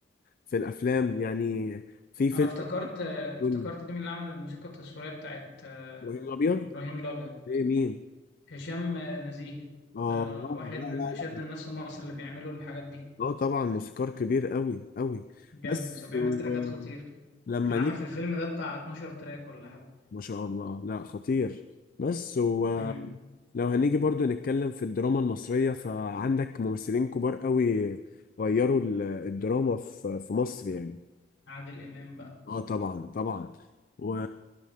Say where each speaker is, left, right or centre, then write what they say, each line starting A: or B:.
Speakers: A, on the left (about 50°); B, on the left (about 75°).
A: في الافلام يعني في فيلم
B: انا افتكرت آه، افتكرت
A: قول
B: مين اللي عمل الموسيقى التصويريه بتاعت آه،
A: ابراهيم الابيض
B: ابراهيم الابيض
A: ايه مين
B: هشام آه، نزيه
A: اه
B: ده
A: آه،
B: واحد
A: لا
B: من
A: لا
B: اشد
A: لا
B: الناس في مصر اللي بيعملوا الحاجات دي
A: اه طبعا موسيقار كبير قوي قوي
B: جامد
A: بس
B: بس بيعمل
A: هو
B: تراكات خطير
A: لما
B: كان عامل
A: نيجي
B: في الفيلم ده بتاع 12 تراك ولا حاجه
A: ما شاء الله لا خطير بس هو
B: امم
A: لو هنيجي برضو نتكلم في الدراما المصرية فعندك ممثلين كبار قوي غيروا ال- الدراما في في مصر يعني
B: عادل امام بقى
A: اه طبعا طبعا و...